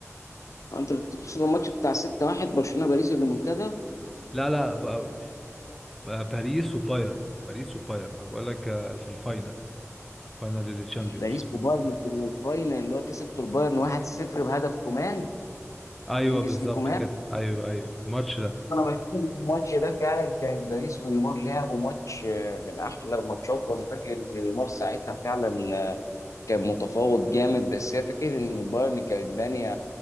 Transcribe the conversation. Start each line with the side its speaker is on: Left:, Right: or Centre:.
Left: انت بتقصد الماتش بتاع 6-1 برشلونه باريس المنتدى
Centre: لا لا بقى باريس وباير باريس وباير انا بقول لك آه، في الفاينل فاينل للتشامبيونز
Left: باريس وبايرن في الفاينل اللي هو كسبته البايرن 1-0 بهدف كومان
Centre: ايوه
Left: كينجز
Centre: بالظبط
Left: لي كومان
Centre: كده ايوه ايوه الماتش ده
Left: انا بشوف الماتش ده فعلا كان باريس ونيمار لعبوا ماتش آه، من احلى الماتشات وانا فاكر ان نيمار ساعتها فعلا كان متفوق جامد بس هي فكره ان البايرن كانت بانيه